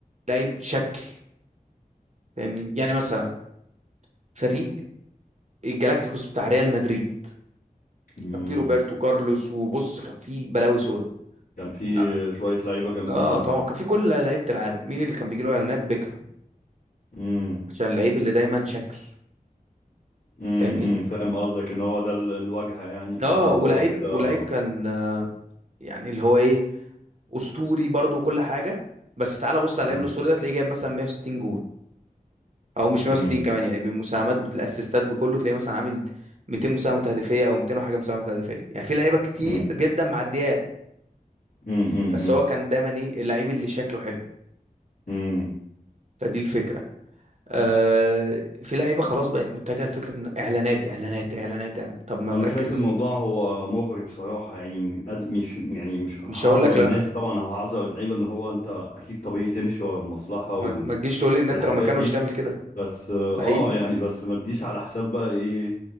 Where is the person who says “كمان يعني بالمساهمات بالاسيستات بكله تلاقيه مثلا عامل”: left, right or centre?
Right